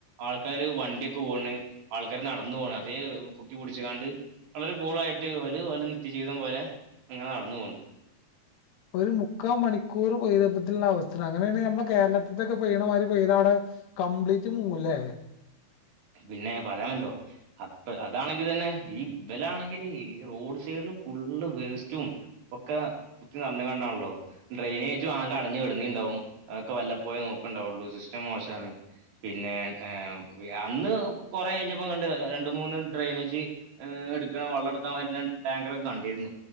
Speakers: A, on the right; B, on the left.
A: ആൾക്കാര് വണ്ടിയൊക്കെ പോണ് ആൾക്കാര് നടന്നു പോണ് അതേ പൊക്കിപടിച്ച കാണ്ട് വളരെ കൂളായിട്ട് ഓല് ഓലെ നിത്യജീവിതം പോലെ ഇങ്ങനെ നടന്ന് പൊവ്ണ്ട്
B: ഒരു മുക്കാ മണിക്കൂർ പെയ്തപ്പത്തിലുള്ള അവസ്ഥ അങ്ങനെയാണെങ്കി നമ്മുടെ കേരളത്തിൊക്കെ പെയ്യണമാതിരി പെയ്ത അവിടെ കംപ്ലീറ്റ് മുങ്ങൂല്ലേ
A: പിന്നെ പറയാമ്ണ്ടോ അപ്പ അതാണെങ്കി തന്നെ ഈ വിലാണെങ്കില് ഈ റോഡ് സൈഡില് ഫുള്ള് വേസ്റ്റും ഒക്കെ കുത്തി നർഞ്ഞുകണ്ടാണല്ലോ ഡ്രെയിനേജും ആകെ അടഞ്ഞു കിടന്നിണ്ടാവും അതൊക്കെ വല്ല പോയേ നോക്കണ്ടാവുള്ളു സിസ്റ്റം മോശമാണ് പിന്നെ ഏ അന്ന് കൊറെ കഴിഞ്ഞപ്പം കണ്ട് രണ്ട മൂന്ന് ഡ്രെയിനേജ് ഏഹ് എടുക്ക വള്ളം എടുക്കാൻ വരുന്ന ടാങ്കറ ഒക്കെ കണ്ടിരുന്നു